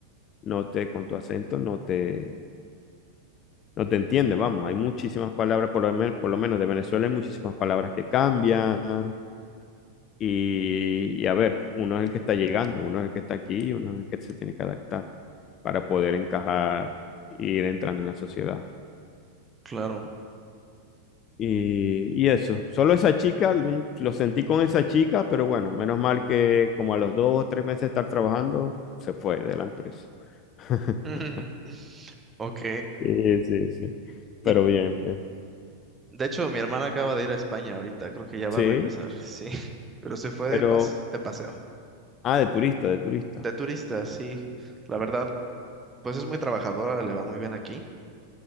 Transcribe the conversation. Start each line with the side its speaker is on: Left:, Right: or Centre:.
Left: no te, con tu acento, no te, no te entiende, vamos, hay muchísimas palabras, por lo menos, por lo menos de Venezuela hay muchísimas palabras que cambian y, y a ver, uno es el que está llegando, uno es el que está aquí y uno es el que se tiene que adaptar para poder encajar e ir entrando en la sociedad.
Right: claro.
Left: Y, y eso, solo esa chica, un- lo sentí con esa chica, pero bueno, menos mal que como a los dos o tres meses de estar trabajando, se fue de la empresa. <laughs>
Right: <laughs> Ujú. Ok.
Left: Sí, sí, sí.
Right: Y
Left: Pero bien, bien.
Right: de hecho, mi hermana acaba de ir a España ahorita, creo que ya va
Left: Sí,
Right: a regresar, sí. <laughs> Pero se fue
Left: pero...
Right: de pas- de paseo.
Left: Ah, de turista, de turista.
Right: De turista, sí. La verdad, pues es muy trabajadora, le va muy bien aquí.